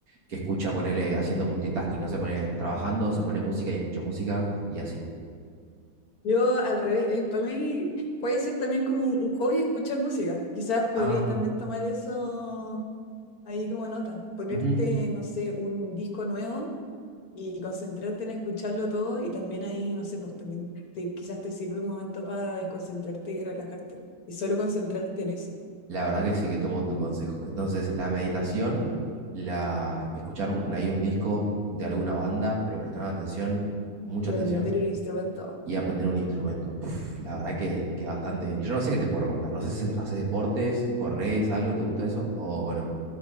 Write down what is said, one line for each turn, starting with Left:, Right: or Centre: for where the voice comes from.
Right: que escucha, ponele, haciendo multitasking, no sé, pone trabajando, se pone música y escucha música y así?
Left: Yo al revés, eh, para mí puede ser también como un, un hobby escuchar música. Quizás podría
Right: Ah,
Left: también tomar eso ahí como nota, ponerte,
Right: ujú.
Left: no sé, un disco nuevo y concentrarte en escucharlo todo y también ahí, no sé, pues también te, quizás te sirve un momento para desconcentrarte y relajarte. Y solo concentrarte en eso
Right: La verdad que sí que tomo tu consejo. Entonces, la meditación, la escuchar un- ahí un disco de alguna banda, pero prestar atención, mucha
Left: y
Right: atención,
Left: aprender el instrumento.
Right: y aprender un instrumento. Puf, la verdad que, que bastante bien. Y yo no sé qué te puedo recomendar. No sé si haces deportes, corres, algo, ¿te gusta eso? ¿O, o no?